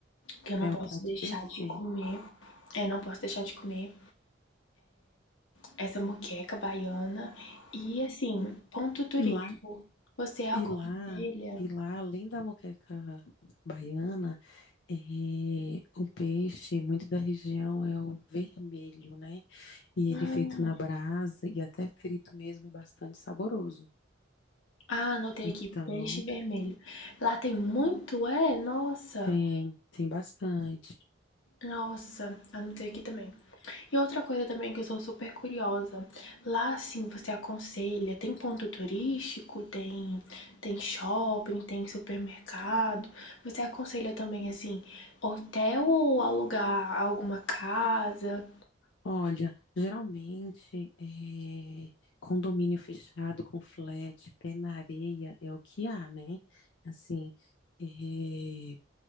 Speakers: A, on the left (about 85°); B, on the left (about 60°).
A: que eu não
B: É
A: posso
B: um prato
A: deixar
B: perfeito.
A: de comer. É, não posso deixar de comer. essa moqueca baiana. E assim, ponto turístico.
B: E lá
A: Você aconselha?
B: e lá e lá além da moqueca baiana, é um peixe muito da região é o vermelho, né? E
A: Hum,
B: ele feito na brasa e até frito mesmo é bastante saboroso.
A: ah, anotei
B: Então,
A: aqui, peixe vermelho. Lá tem muito, é? Nossa,
B: tem, tem bastante.
A: nossa, anotei aqui também. E outra coisa também que eu sou super curiosa. Lá sim, você aconselha? Tem ponto turístico? Tem, tem shopping? Tem supermercado? Você aconselha também assim, hotel ou alugar alguma casa?
B: Olha, geralmente é, condomínio fechado com flat, pé na areia é o que há, né? Assim, é,